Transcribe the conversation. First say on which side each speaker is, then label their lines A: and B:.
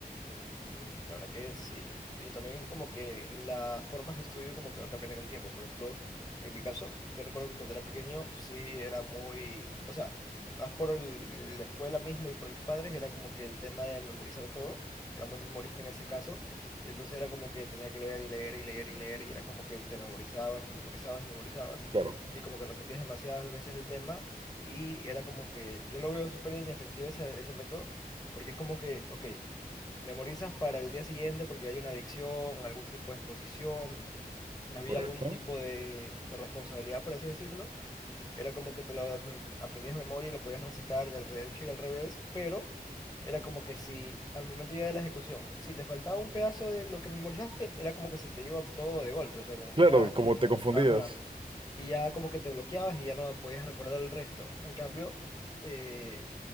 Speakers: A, on the left; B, on the right.
A: Mm, La verdad que sí. Y también como que las formas de estudio como que va a cambiar en el tiempo. Por ejemplo, en mi caso, yo recuerdo que cuando era pequeño sí era muy, o sea, más por el- la escuela mismo y por mis padres, era como que el tema de memorizar todo. Era muy memorista en ese caso. Entonces era como que tenía que leer y leer y leer y leer y era como que te memorizabas y memorizabas y memorizabas.
B: Claro,
A: Y como que repetías demasiadas veces el tema. Y era como que yo lo veo súper inefectivo ese, ese método. Porque es como que, ok. Memorizas para el día siguiente porque hay una adicción, algún tipo de exposición, había
B: correcto.
A: algún tipo de responsabilidad, por así decirlo. Era como que te lo de- mem- aprendías de memoria y lo podías recitar del derecho y al revés, pero era como que si al momento ya de la ejecución, si te faltaba un pedazo de lo que memorizaste, era como que se te iba todo de golpe, o sea, como que
B: Claro,
A: ya,
B: como te confundías.
A: ajá, y ya como que te bloqueabas y ya no podías recordar el resto. En cambio, eh,